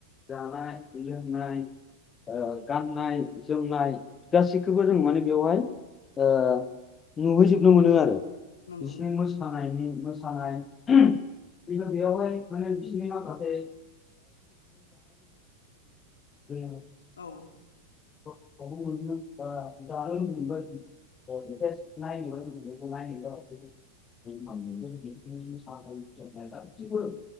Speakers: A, on the left; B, on the left.
A: जानाय लोंनाय ओ गाननाय जोमनाय गासैखौबो जों माने बेवहाय ओ नुहैजोबनो मोनो आरो।
B: नंगौ
A: बिसिनि
B: नंगौ
A: मोसानायनि मो सानाय। खिन्थु बेयावहाय माने बिसिनि माखासे <inaudible>
B: औ।
A: <unintelligible> <unintelligible> <unintelligible> सिबो